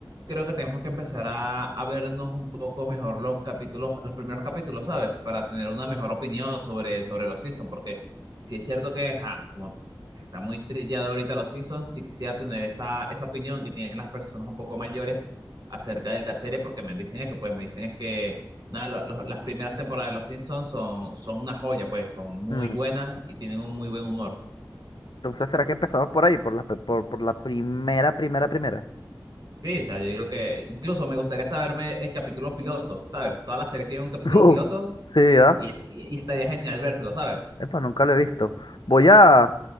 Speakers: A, on the right; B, on the left.
A: creo que tenemos que empezar a, a vernos un poco mejor los capítulos, los primeros capítulos, ¿sabes? Para tener una mejor opinión sobre, sobre los Simpsons, porque si es cierto que, ajá, como está muy trillado ahorita los Simpsons, sí quisiera tener esa, esa opinión que tienen las personas un poco mayores acerca de la serie, porque me dicen eso, pues me dicen es que, nada, lo- lo- las primeras temporadas de los Simpsons son, son una joya, pues son muy
B: Mm,
A: buenas y tienen un muy buen humor.
B: Entonces, ¿será que empezamos por ahí? Por la, pe- por, por la primera, primera, primera.
A: Sí, o sea, yo digo que incluso me gustaría hasta verme el capítulo piloto, ¿sabes? Todas las series tienen un capítulo
B: <laughs> Uf,
A: piloto
B: sí, ¿verdad?
A: y, es- y- y estaría genial vérselo, ¿sabes?
B: Epa, nunca lo he visto. Voy a...